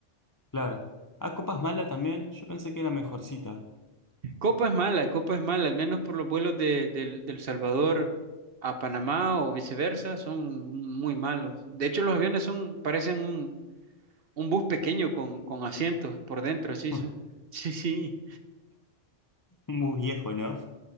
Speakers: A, on the left; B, on the right.
A: Claro. Ah, Copas Mala también, yo pensé que era mejorcita.
B: Copa es mala, Copa es mala, al menos por los vuelos de, del del Salvador a Panamá o viceversa, son muy malos. De hecho, los aviones son, parecen un, un bus pequeño con, con asientos por dentro, así
A: <laughs>
B: son. <laughs> Sí, sí,
A: Muy viejo, ¿no?